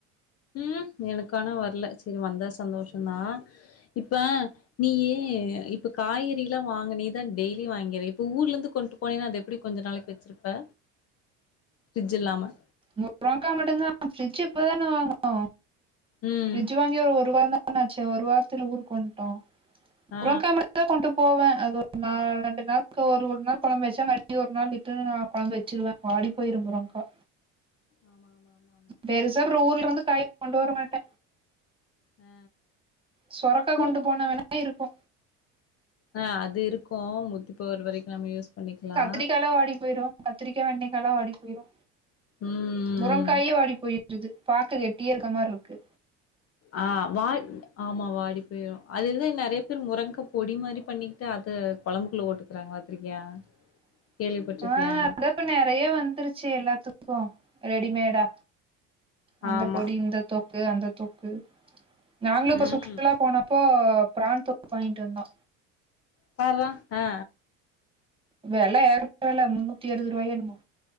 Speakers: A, on the left (about 45°); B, on the right (about 15°).
A: ம் எனக்கானா வர்ல செரி வந்தா சந்தோஷந்தா இப்ப நீயு இப்ப காய்கறிலா வாங்க நீதா டெய்லி வாங்கிற இப்ப ஊர்ல இருந்து கொண்டு போனின்னா அது எப்படி கொஞ்ச நாளைக்கு வெச்சுருப்ப ஃப்ரிட்ஜ் இல்லாம
B: முரங்க்கா மட்டுந்தா ஃபிரிட்ஜ் இப்பதான வாங்குனோ
A: ம்
B: ஃப்ரிட்ஜ் வாங் கி ஒரு வாரந்தான ஆச்சு ஒரு வாரத்துல ஊருக்கு வன்ட்டோ
A: ஆ
B: முரங்க்கா ம ட்டுந்தா கொண்டு போவே அது ஒரு நா ரெண்டு நாளக்கி ஒரு நாள் கொழம்பு வெச்சா மறுடி ஒரு நாள் விட்டு நா கொழம்பு வெச்சுருவே வாடிப்போயிரு முரங்க்கா
A: ஆமாமாமாமா
B: பெருசா அப்ற ஊர்ல இருந்து காய் கொண்டு வர மாட்ட
A: ஆ
B: சொரக்கா
A: தூ
B: கொண்டு போனா வேணா இருக்கு
A: ஆ அது இருக்கு முத்தி போற வரைக்கு நம்ம யூஸ் பண்ணிக்கலா
B: கத்திரிக்காலா வாடி போயிரு கத்திரிக்கா வெண்டைக்காலா வாடி போயிரு
A: ம்
B: முரங்க்காயே வாடி போயிடுது பாக்க கெட்டியா இருக்க மார்ருக்கு
A: ஆ வா ஆமா வாடி போயிரு அதெத நெறைய பேர் முரங்க்கா பொடி மாரி பண்ணிட்டு அத கொழம்புக்குள்ள போட்டு க்றாங்க பாத்திருக்கியா
B: <inaudible>
A: கேள்விப்பட்ருக்கியா
B: ஆ அதான் இப்ப நெறையா வந்துருச்சு எல்லாத்துக்கு ரெடிமேடா அந்த
A: ஆமா
B: பொடி இந்த தொக்கு அந்த தொக்கு நாங்களு இப்ப
A: ம்
B: சுற்றுலா போன ப்போ பிராண் தொக்கு வாங்கிட் வந்தோ
A: பார்ரா அ
B: வெல <unintelligible> ஏற்றத்தால முன்னூத்தி அருவதுருவாயோ என்னமோ